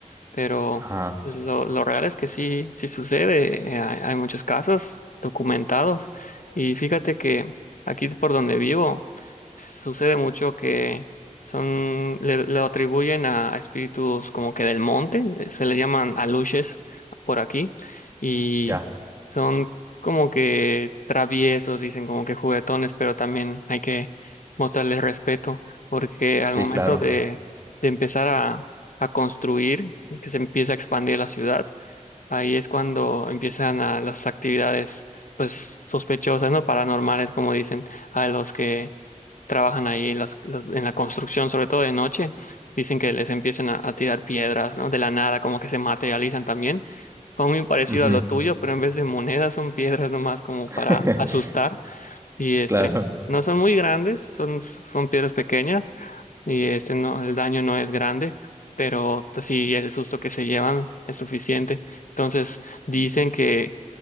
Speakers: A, on the left (about 75°); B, on the right (about 20°).
A: pero
B: Ajá,
A: pues, lo, lo real es que sí, sí sucede. eh, hay, hay muchos casos documentados. Y fíjate que aquí por donde vivo sucede mucho que son, le, lo atribuyen a, a espíritus como que del monte, le- se les llaman aluches por aquí, y
B: ya.
A: son como que traviesos, dicen como que juguetones, pero también hay que mostrarles respeto, porque al
B: Sí,
A: momento
B: claro.
A: de de empezar a a construir, que se empieza a expandir la ciudad. Ahí es cuando empiezan a- las actividades, pues, sospechosas, ¿no? Paranormales, como dicen, a los que trabajan ahí en, las- los- en la construcción, sobre todo de noche. Dicen que les empiezan a, a tirar piedras, ¿no? De la nada, como que se materializan también. Fue muy parecido
B: Ujú.
A: a lo tuyo, pero en vez de monedas son piedras nomás como
B: <laughs>
A: para asustar. Y este,
B: Claro,
A: no son muy grandes, son, son piedras pequeñas y este no, el daño no es grande, pero pues, sí el susto que se llevan es suficiente. Entonces dicen que,